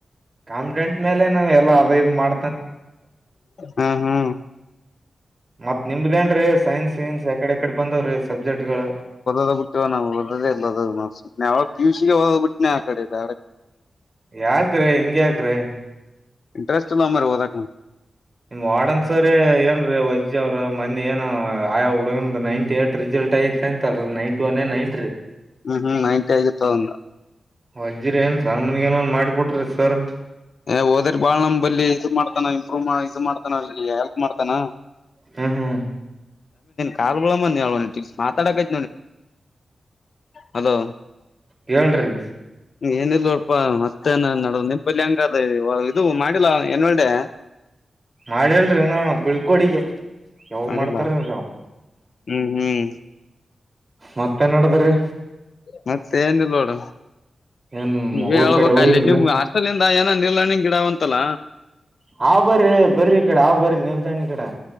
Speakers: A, on the right; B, on the left.
A: ಕಾಂಪಿಡೆಂಟ್ ಮೇಲೆ ಎಲ್ಲ ಅದ ಇದು ಮಾಡ.
B: ಹ್ಮ ಹ್ಮ
A: ಮತ್ ನಿಮ್ದೇನ್ರೀ ಸೈನ್ಸ್ ಗಿನ್ಸ್ ಯಕಡೆ ಯಕಡೆ ಬಂದವ್ರಿ ಸಬ್ಜೆಕ್ಟ್ ಗಳು
B: ಹ ಬಿಟ್ಟ ನ ಎಲ್ಲ ಪಟ್ಟ. ಆ ಕಡೆ ಇದೆ.
A: ಯಾಕ್ರೆ ಹಿಂಗ ಯಾಕ. <unintelligible> ್
B: ಇಂಟ್ರೆಸ್ಟ್ಲ್ಲ ಮ ಓದಕ್ಕ.
A: ನಿಮ್ ವಡನ್ಸರಿ ಏನ್ರೀ ವಜ್ಜ ಅವ್ರ ಮೊನ್ನಿ ಏನ. ಆಯಾ ಉಡಗಿಂದ ನೈನ್ಟಿಏಯಟ್ ರಿಸಲ್ಟ್. ಐತೆ ಅಂತಲ್ ನೈಂಟ್ ಒನ್ೇ ನೈಂಟ್ ರೀ.
B: ಹ್ಮ್ ಹ್ಮ್ ನೈಂಟಿ ಆಗಿತ್ತು ಅವಂದು
A: ವಜ್ರ ಏನ್ ಸನ್ಮನ್ಗ ಏನ್ನ್ ಮಾಡಿಬಿಟ್ರಿ ಸರ್.
B: ಏ ಹೋದ್ರ ಬಾಳ್ ನಮ್ ಬಲಿ ಇದು ಮಾಡ್ತಾನ ಇಂಪ್ರೂವ್ ಇದು ಮಾಡ್ತಾನ ಅವ ಹೆಲ್ಪ್ ಮಾಡ್ತಾನ.
A: ಹ್ಮ್ ಹ್ಮ್.
B: ಕಾರಬಳ ಮಾತಾಡ ಕ ಹಲೋ.
A: ಹೇಳ್ರರಿ.
B: ಏನಿಲ್ಲಡಪಾ ಮತ್ತೇನ ನಡ ನಿಪಲ್ಲಿ ಹಂಗ ಅದ ಇದು ಮಾಡಿಲ್ಲ ಏನ್ ಒೆ.
A: ಮಾಡ ಹೇಳರಿ ನಾ ಬಿಳ್ಕೋಡಿಗೆ. ಯಾವ
B: ಮಾಡಿಲ್ಲ
A: ಮಾಡ್ತಾರ ನೀಗ.
B: ಹ್ಮ್ ಹ್ಮ್.
A: ಮತ್ತೆ ನಡದ್ರಿ
B: ಮತ್ತೆ ಏನ್ಲ್ಲೋಡ.
A: ಏನ್
B: ನೀ ಹೇಳ್ಬೇಕ
A: ಊರ್ ಕಡೆ ಹೋಗಿರ್ದ
B: ಅಲ್ಲಿ ನಿಮ್ ಹಸ್ಟ. ಏನ ನೀರ್ಣಿಂಗ ಗಿಡಾವಂತಲ್ಲ.
A: ಹಾ್ ಬರರಿ ಬರ್ರರಿ ಈ ಕಡೆ ಹ್ ಬರ್ರ ನಿಲ್ದಣ ಈ ಕಡೆ.